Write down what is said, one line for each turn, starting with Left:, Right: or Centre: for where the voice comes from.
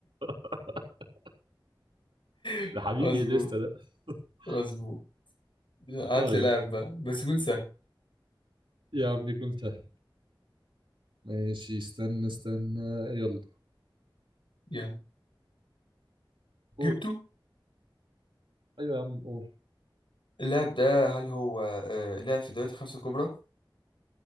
Right: <laughs>
Left: <laughs>
Right: ده حبيبي
Left: مظبوط
Right: انيستا ده <laughs>
Left: مظبوط هات
Right: طيب
Left: لي لاعب بقى بس يكون سهل
Right: يا عم يكون سهل ماشي استنى استنى يلا
Left: يعني
Right: قول
Left: جبته
Right: ايوه يا عم قول
Left: اللاعب ده هل هو آه، لاعب في الدوريات الخمسة الكبرى